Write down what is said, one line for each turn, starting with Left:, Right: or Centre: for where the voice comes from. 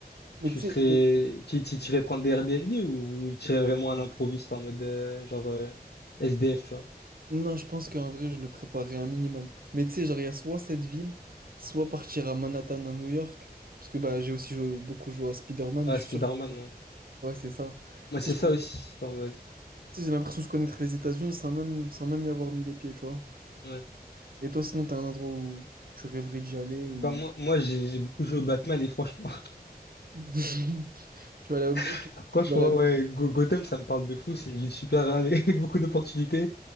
Right: Mais
Left: tu
Right: tu sais,
Left: serais,
Right: le-
Left: tu, tu, tu irais prendre des Airbnb ou tu irais vraiment à l'improviste en mode, euh, genre, euh, SDF, tu vois?
Right: non, je pense qu'en vrai, je le préparerais un minimum. Mais tu sais, genre, il y a soit cette ville, soit partir à Manhattan, à New York. Parce que bah, j'ai aussi joué- beaucoup joué à Spider-Man
Left: Ouais,
Right: et je
Left: Spider-Man,
Right: suis sûr
Left: ouais.
Right: Ouais, c'est ça.
Left: Moi,
Right: Tu
Left: c'est
Right: sais, je
Left: ça
Right: pour-
Left: aussi.
Right: tu
Left: en mode,
Right: sais, j'ai l'impression de connaître les États-Unis sans même, sans même y avoir mis les pieds, tu vois.
Left: ouais.
Right: Et toi, sinon, t'as un endroit où tu rêverais d'y aller ou...
Left: Bah, moi, moi j'ai j'ai beaucoup joué au Batman et franchement,
Right: <laughs> Tu vas là... au-
Left: <laughs>
Right: Tu... tu
Left: franchement,
Right: vas là...
Left: ouais, Go- Gotham, ça me parle de fou. C'est une ville super avec, <laughs> avec beaucoup d'opportunités.